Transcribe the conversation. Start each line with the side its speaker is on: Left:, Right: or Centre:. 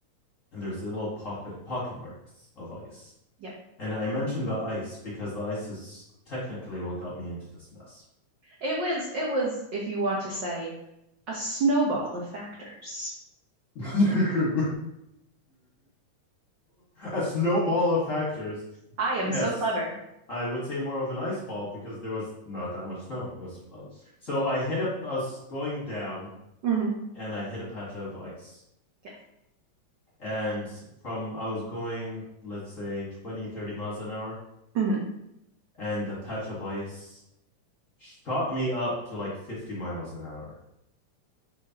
Left: And there's little pocket pocket marks of ice.
Right: Yeah.
Left: And I mentioned the ice because the ice is technically what got me into this mess.
Right: It was, it was, if you want to say, a snowball of factors.
Left: <laughs> A snowball of factors.
Right: I am
Left: Yes,
Right: so clever.
Left: I would say more of an ice ball because there was not that much snow. There was, uh, so I hit a, I was going down
Right: hmm
Left: and I hit a patch of ice.
Right: Yeah.
Left: And from, I was going, let's say 20, 30 miles an hour.
Right: hmm
Left: And the patch of ice shot me up to like 50 miles an hour.